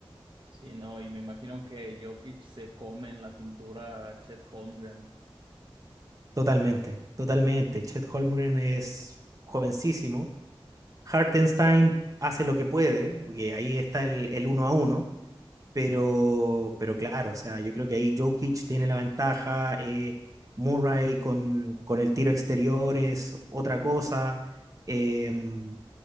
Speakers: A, on the right; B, on the right.
A: Sí, no, y me imagino que Jokic se come en la pintura a Chet Holmgren.
B: Totalmente, totalmente. Chet Holmgren es jovencísimo. Hartenstein hace lo que puede, porque ahí está el, el uno a uno, pero, pero claro, o sea, yo creo que ahí Jokic tiene la ventaja, eh, Murray con, con el tiro exterior es otra cosa. em,